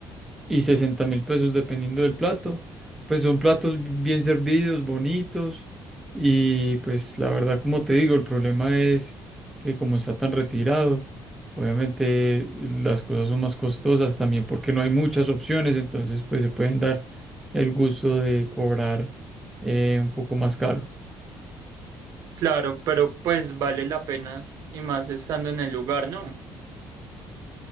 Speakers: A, in the centre; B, on the right.
A: y sesenta mil pesos dependiendo del plato. Pues son platos bien servidos, bonitos y pues la verdad como te digo, el problema es que como está tan retirado, obviamente las cosas son más costosas también porque no hay muchas opciones, entonces pues se pueden dar el gusto de cobrar eh, un poco más caro.
B: Claro, pero pues vale la pena y más estando en el lugar, ¿no?